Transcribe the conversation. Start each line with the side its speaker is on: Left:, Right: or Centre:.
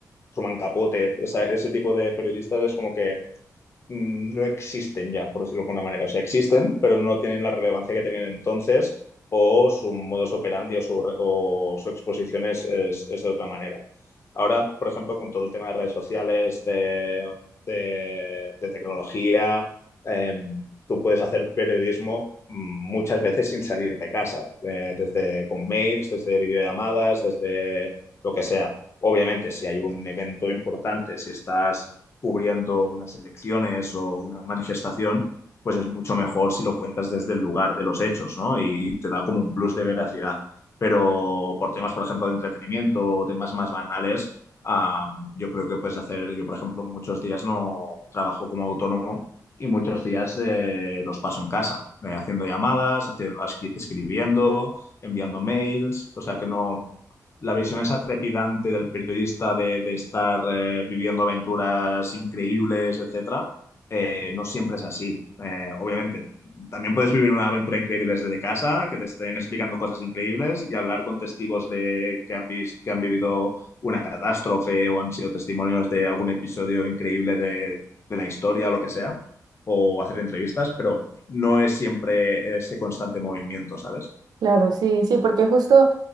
Left: Truman Capote, esa- ese tipo de periodistas es como que mm, no existen ya, por decirlo de alguna manera. O sea, existen, pero no tienen la relevancia que tenían entonces o su modus operandi o su, re- o su exposición es, es- es de otra manera. Ahora, por ejemplo, con todo el tema de redes sociales, de, de- de tecnología, em, tú puedes hacer periodismo mm, muchas veces sin salir de casa, eh, desde con mails, desde videollamadas, desde lo que sea. Obviamente, si hay un evento importante, si estás cubriendo unas elecciones o una manifestación, pues es mucho mejor si lo cuentas desde el lugar de los hechos, ¿no? Y, y te da como un plus de veracidad. Pero por temas, por ejemplo, de entretenimiento o temas más banales, ah, yo creo que puedes hacer, yo por ejemplo, muchos días no trabajo como autónomo y muchos días eh, los paso en casa, eh, haciendo llamadas, haciendo, escri- escribiendo, enviando mails, o sea que no la visión esa trepidante del periodista de, de estar eh, viviendo aventuras increíbles, etcétera, eh, no siempre es así. Eh, obviamente, también puedes vivir una aventura increíble desde casa, que te estén explicando cosas increíbles y hablar con testigos de que han visto, que han vivido una catástrofe o han sido testimonios de algún episodio increíble de, de la historia o lo que sea, o hacer entrevistas, pero no es siempre ese constante movimiento, ¿sabes?
Right: Claro, sí, sí, porque justo